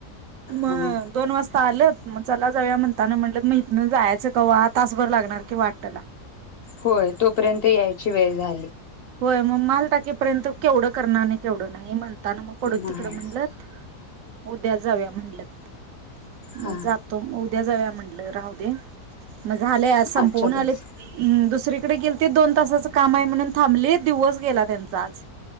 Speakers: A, on the right; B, on the left.
A: मग
B: हा
A: दोन वाजता आले मग चला जाऊया म्हणताना म्हटलं मग इथनं जायचं कवा तासभर लागणार की वाटतला
B: होय तोपर्यंत यायची वेळ झाली
A: होय मग माल टाकीेपर्यंत केवढं करणार केवढं नाही म्हणत त्यांना म्हटलं मग पडू
B: नाही
A: तिकडं म्हणलत उद्या जाव्या म्हणलत मग
B: हा
A: जातो उद्या जाव्या म्हण म्हटलं राहू दे मज आलेय आज संपवण
B: आजच्या दिवस
A: आले दुसर तिकडे गेल ते दोन ताच काम आहे म्हणून थांबली दिवस गेला त्यांचा आज